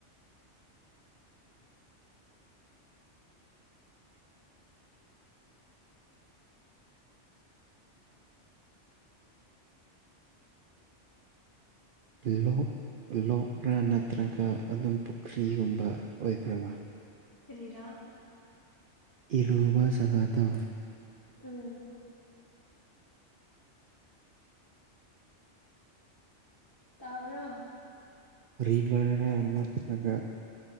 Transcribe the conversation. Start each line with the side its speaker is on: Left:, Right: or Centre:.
Right: ꯂꯣꯛ ꯂꯣꯛꯇ ꯅꯠꯇ꯭ꯔꯒ ꯑꯗꯨꯝ ꯄꯨꯈ꯭ꯔꯤ ꯈꯔ꯭ꯤꯒꯨꯝꯕ ꯑꯣꯏꯕ꯭ꯔ
Left: ꯀꯔꯤꯔꯥ
Right: ꯏꯔꯨꯕ ꯆꯒꯥꯗꯣ
Left: ꯎꯝ ꯇꯥꯕ꯭ꯔ
Right: ꯔꯤꯕꯔ ꯔꯥ ꯅꯠꯇꯔꯒꯥ